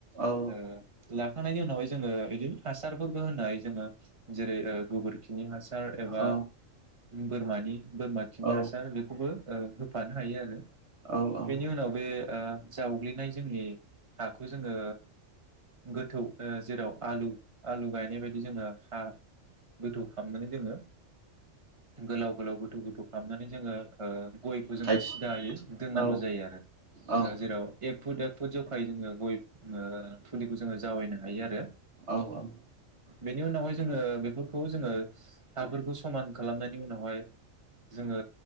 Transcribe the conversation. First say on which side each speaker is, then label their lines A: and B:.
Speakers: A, on the right; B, on the right.
A: औ
B: ओ ला खांनायनि उनावहाय जोङो बिदिनो हासारफोरबो होनो हायो जोङो जेरै ओ गोबोर खिनि हासार एबा
A: औ
B: बोरमा बोरमा खिनि
A: औ
B: हासार बेखौबो ओ होफानो हायो आरो
A: औ औ
B: बेनि उनाव बे ओ जावग्लिनाय जोंनि हाखौ जोङो गोथौ जेराव आलु आलु गायनाय बायदि जोङो हा गोथौ खामनानै जोङो गोलाव गोलाव गोथौ गोथौ खालामनानै जोङो ओ गयखौ जोङो
A: थाइ
B: सिदायै दोननांगौ
A: औ
B: जायो आरो
A: औ
B: ओ जेराव एक फुट एक फुद जखायै जोङो गय ओ फुलिखौ जोङो जावैनो हायो आरो
A: औ औ।
B: बेनि उनावहाय जोङो बेफोरखौ जोङो हाफोरखौ समान खालामनायनि उनावहाय जोङो